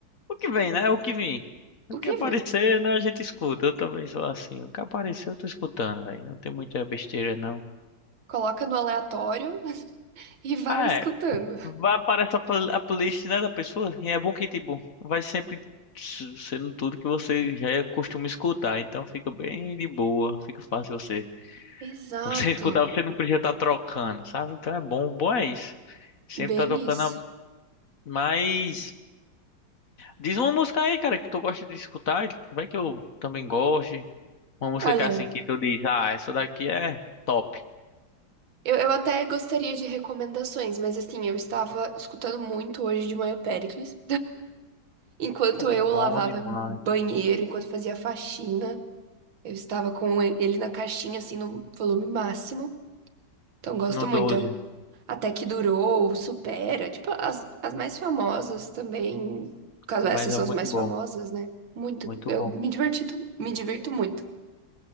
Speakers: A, on the left; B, on the right.
A: O que vem, né? O que vem. O
B: O
A: que
B: que
A: aparecer,
B: vir?
A: né, a gente escuta. Eu também sou assim. O que aparecer, eu tô escutando, velho. Não tem muita besteira, não.
B: Coloca no aleatório <laughs> e vai
A: Ah,
B: escutando.
A: Vai aparecer a pl- a playlist, né, da pessoa. E é bom que, tipo, vai sempre s- sendo tudo que você já é costuma escutar. Então fica bem de boa. Fica fácil você.
B: Exato,
A: Você <laughs> escutar, você não precisa estar trocando, sabe? Então é bom. Bom é isso. Sempre
B: bem
A: tá tocando
B: isso.
A: a... Mas... Diz uma música aí, cara, que tu gosta de escutar. Vai que eu também goste. Uma música
B: Olha,
A: que é assim, que tu diz, ah, essa daqui é top.
B: eu, eu até gostaria de recomendações, mas assim, eu estava escutando muito hoje de manhã o Péricles. Enquanto
A: Pô,
B: eu
A: bom
B: lavava
A: demais.
B: banheiro, enquanto fazia faxina, eu estava com ele na caixinha, assim, no volume máximo. Então, gosto
A: No
B: muito.
A: doze
B: Até que durou, supera. Tipo, as, as mais famosas também. No caso,
A: Mas
B: essas
A: é
B: são
A: muito
B: as mais
A: bom.
B: famosas, né? Muito.
A: Muito
B: Eu
A: bom.
B: me diverti, me divirto muito.